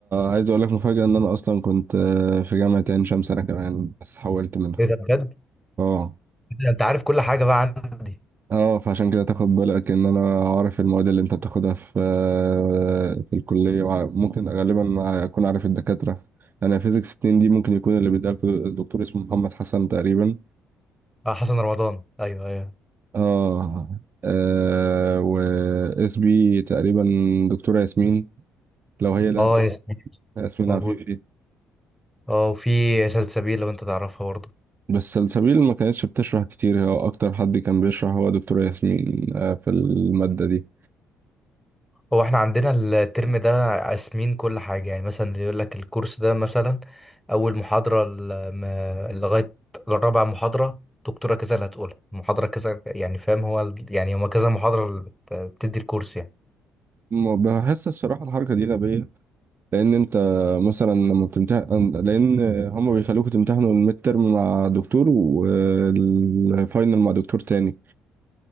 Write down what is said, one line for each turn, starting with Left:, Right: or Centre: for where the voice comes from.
Right: عايز اقول لك مفاجاه ان انا اصلا كنت آه، في جامعه عين شمس انا كمان بس حولت منها
Centre: ايه ده بجد
Right: اه
Centre: إيه ده انت عارف كل حاجه بقى عندي
Right: اه فعشان كده تاخد بالك ان انا عارف المواد اللي انت بتاخدها في آه، في الكليه وع- ممكن غالبا اكون عارف الدكاتره انا فيزيكس 2 دي ممكن يكون اللي بيديها الدكتور اسمه محمد حسن تقريبا
Centre: اه حسن رمضان ايوه ايوه
Right: اه, آه و اس بي تقريبا دكتوره ياسمين لو هي لا
Centre: اه ياسمين
Right: ياسمين
Centre: موجود
Right: عفيفي
Centre: اه وفي سلسبيل لو انت تعرفها برضه
Right: بس سلسبيل ما كانتش بتشرح كتير هو اكتر حد كان بيشرح هو دكتوره ياسمين آه في الماده دي
Centre: هو احنا عندنا الترم ده قاسمين كل حاجة يعني مثلا يقول لك الكورس ده مثلا أول محاضرة ل- م- لغاية الرابعة محاضرة دكتورة كذا اللي هتقولها محاضرة كذا يعني فاهم هو ال- يعني هما كذا محاضرة اللي بت- بتدي الكورس يعني
Right: م- بحس الصراحه الحركه دي غبيه لان انت مثلا لما بتمتحن لان هما بيخلوكوا تمتحنوا الميد ترم مع دكتور والفاينل مع دكتور تاني